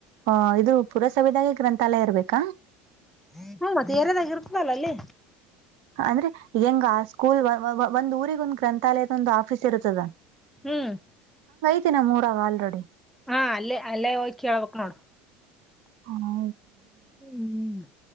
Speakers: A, on the right; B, in the centre.
A: ಹ ಇದು ಪುರಸವಿದಾಯ ಗ್ರಂಥಾಲಯ ಇರ್ಬೇಕಾ
B: ಹ್ಮ ಮತ್ತ ರ್ಯದಾಗ ಇರ್ತದಲ್ಲ ಅಲ್ಲಿ
A: ಅಂದ್ರೆ ಹೆಂಗ ಸ್ಕೂಲ್ ವ-ವ -ಒಂದ್ ಊರಿಗ ಒಂದ್ ಗ್ರಂಥಾಲಯದ ಒಂದ್ ಆಫೀಸ್ ಇರುತ್ತದ
B: ಹ್ಮ್
A: ತಿ ನಮ್ಮೂರ ಆಲ್ರೆಡಿ
B: ಹಾ ಅಲ್ಲೇ ಅಲ್ಲೇ ಹೋಗಿ ಹೇಳ್ಬೇಕ್ ನೋಡ
A: ಹಾ
B: <inaudible>